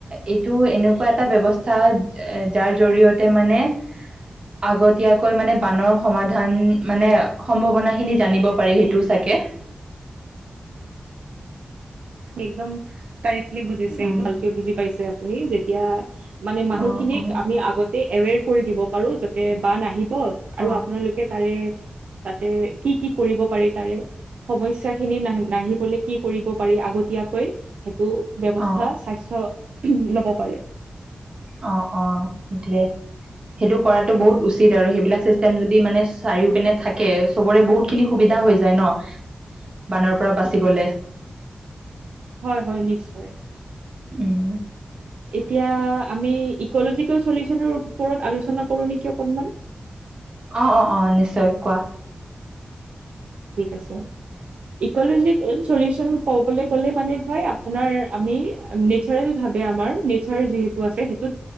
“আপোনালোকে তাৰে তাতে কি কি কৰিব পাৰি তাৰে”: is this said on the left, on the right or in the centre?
Right